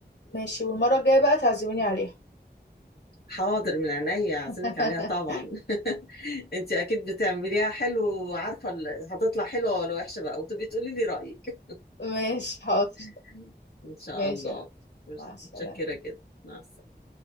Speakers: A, on the left; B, on the left.
A: ماشي والمره الجايه بقى تعزميني عليها
B: حاضر من عينيا اعزمك
A: <laughs>
B: عليها طبعا <laughs> انت اكيد بتعمليها حلو وعارفه ال- هتطلع حلوه ولا وحشه بقى وتبقي تقولي لي رايك
A: ماشي حاضر
B: <laughs> ان شاء
A: ماشي
B: الله
A: يا حبيبي مع السلامة
B: متشكره جدا مع السلامه